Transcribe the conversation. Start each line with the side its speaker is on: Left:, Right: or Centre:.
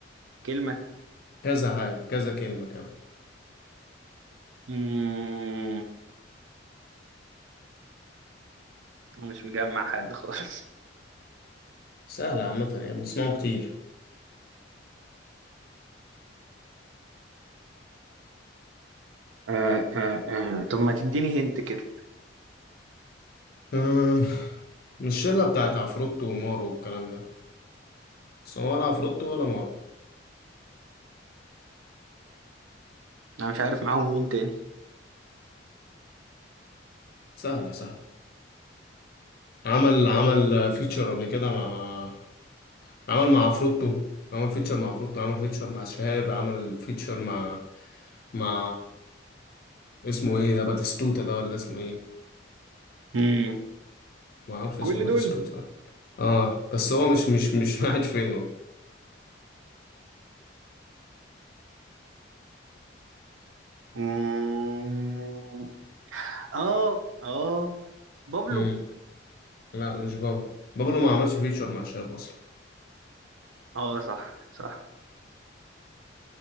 Right: كلمة
Left: كذا حاجة كذا كلمة كمان
Right: مم، مش مجمع حد خالص
Left: سهلة عامة يعني بنسمعه كتير
Right: آه آه آه طب ما تديني هنت كده
Left: آه، مش الشلة بتاعت عفروتو ومارو والكلام ده بس هو ولا عفروتو ولا مارو
Right: أنا مش عارف معاهم مين تاني
Left: سهلة سهلة عمل عمل فيتشر قبل كده مع عمل مع عفروتو عمل فيتشر مع عفروتو عمل فيتشر مع شهاب عمل فيتشر مع مع اسمه ايه ده باتيستوتا ده ولا اسمه ايه
Right: مم.
Left: ما اعرفش
Right: كل
Left: اسمه باتيستوتا
Right: دول
Left: ده اه بس هو مش مش مش <laughs> قاعد فين هو
Right: مم. اه اه بابلو
Left: مم. لا مش بابلو بابلو ما عملش فيتشر مع شهاب اصلا
Right: اه صح صح